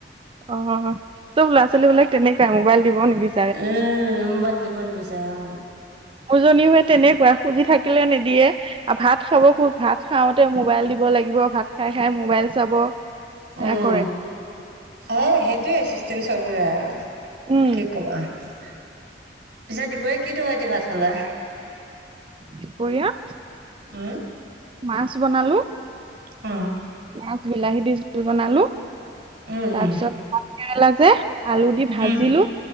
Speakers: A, on the right; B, on the right.
A: অ', চব ল'ৰা-ছোৱালীবিলাক তেনেকুৱাই মোবাইল দিব নিবি
B: উম, মোবাইল দিব নিবিচাৰে, উম।
A: মোৰ জনীও সেই তেনেকুৱাই, খুজি থাকিলে নিদিয়ে। আৰু ভাত খাব, খু, ভাত খাওঁতে মোবাইল দিব লাগিব, ভাত খাই-খাই মোবাইল চাব। সেয়া
B: উম
A: কৰে।
B: এ সেইটোৱে চিষ্টেম, চবৰে আৰু,
A: উম
B: কি কবা। পিছে দুপৰীয়া কি তৰকাৰী দি ভাত খালা?
A: দুপৰীয়া
B: উম
A: মাছ বনালোঁ।
B: অ'।
A: মাছ বিলাহী দি জোল বনালো,
B: উম
A: তাৰ
B: উম
A: পিছত ভাত কেৰেলা যে আলু দি ভাজলোঁ,
B: উম